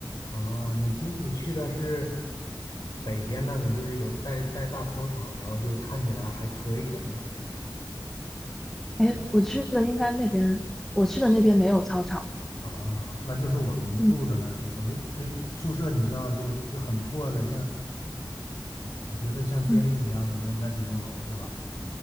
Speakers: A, on the left; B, in the centre.
A: 哦，你进你去的是北边那个，就是有带带大操场，然后就看起来还可以的那个，是吧？
B: 哎，我去的应该那边，我去的那边没有操场。
A: 啊，那就是我们住的那地方，
B: 嗯
A: 就就宿舍，你知道就就很破的，像我觉得像监狱一样的那那几栋楼是吧？
B: 嗯，